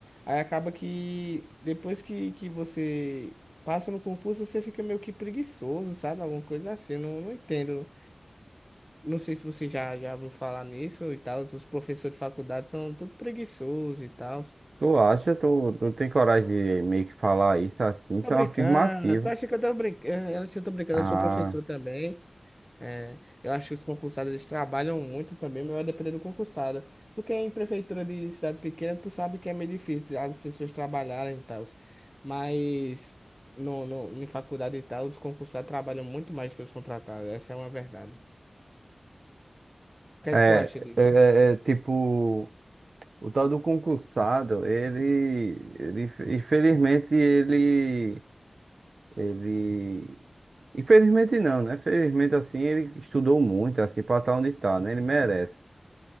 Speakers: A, in the centre; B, on the right (about 75°).
A: Aí acaba que depois que, que você passa no concurso, você fica meio que preguiçoso, sabe? Alguma coisa assim, eu não, não entendo. Não sei se você já, já ouviu falar nisso e tal. Os professores de faculdade são tudo preguiçosos e tal.
B: Tu acha? Tu, tu tem coragem de meio que falar isso assim? Isso
A: Tá brincando.
B: é uma afirmativa.
A: Tu acha que eu tô brincando? Ela acha que eu tô brincando.
B: Ah,
A: Eu sou professor também. É, eu acho que os concursados eles trabalham muito também, mas vai depender do concursado. Porque em prefeitura de cidade pequena, tu sabe que é meio difícil as pessoas trabalharem e tal. Mas no, no, em faculdade e tal, os concursados trabalham muito mais que os contratados. Essa é uma verdade. O que é
B: é,
A: que tu acha disso?
B: é, é é, tipo. O tal do concursado, ele, ele, infelizmente, ele, ele, infelizmente não, né? Felizmente, assim, ele estudou muito, assim, pra estar onde tá, né? Ele merece.